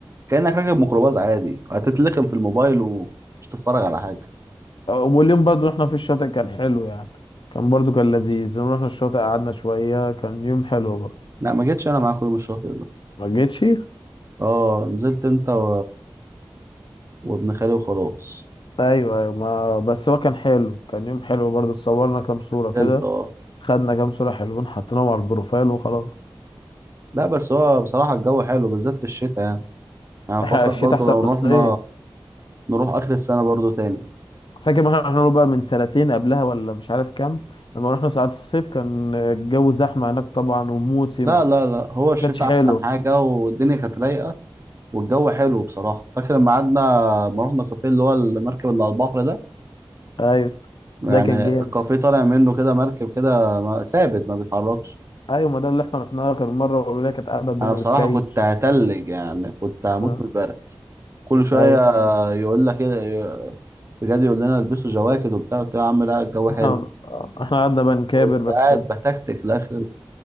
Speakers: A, on the right (about 35°); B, on the left (about 65°).
A: كأنك راكب ميكروباص عادي هتتلخم في الموبايل ومش تتفرج على حاجة
B: واليوم برضو احنا في الشاطئ كان حلو يعني كان برضو كان لذيذ رحنا الشاطئ قعدنا شويه كان يوم حلو برضو
A: لا ما جيتش انا معاك يوم الشاطئ ده
B: ما جيتش
A: اه نزلت انت و... وابن خالي وخلاص
B: ايوه ايوه ما بس هو كان حلو كان يوم حلو برضو اتصورنا كام صورة كده
A: كسلت اه
B: خدنا كام صورة حلوين حطيناهم على البروفايل وخلاص
A: لا بس هو بصراحة الجو حلو بالذات في الشتاء يعني يعني
B: إح-
A: بفكر
B: الشتاء
A: برضو
B: احسن
A: لو
B: من الصيف
A: رحنا نروح آخر السنة برضو تاني
B: فاكر ما احنا رحنا له بقى من سنتين قبلها ولا مش عارف كام لما رحنا ساعات الصيف كان الجو زحمة هناك طبعا وموسم
A: لا لا لا هو الشتاء
B: كانش حلو
A: أحسن حاجة والدنيا كانت رايقة والجو حلو بصراحة فاكر لما قعدنا لما رحنا كافيه اللي هو المركب اللي على البحر ده
B: ايوه
A: يعني
B: ده كان جامد
A: الكافيه طالع منه كده مركب كده ما- ثابت ما بيتحركش
B: ايوه ما ده اللي احنا رحناه اخر مرة والولاد كانت قاعدة قدامنا
A: انا بصراحه
B: بتشيش
A: كنت هتلج يعني كنت هموت
B: اه
A: من البرد كل شويه
B: ايوه
A: يقول لك كده بجد يقول لنا البسوا جواكت وبتاع قلت له يا عم لا الجو حلو
B: احنا احنا قعدنا بنكابر
A: كنت
B: بس
A: قاعد
B: كان
A: بتكتك لاخر